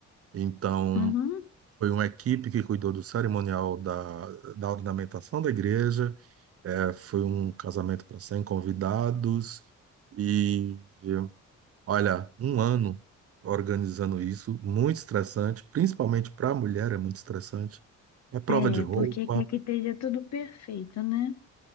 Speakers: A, on the right; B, on the left.
A: Então
B: uhum.
A: foi uma equipe que cuidou do cerimonial da, da ornamentação da igreja, é, foi um casamento para 100 convidados e olha, um ano organizando isso, muito estressante, principalmente para a mulher é muito estressante. É prova
B: É,
A: de roupa,
B: porque quer que esteja tudo perfeito, né?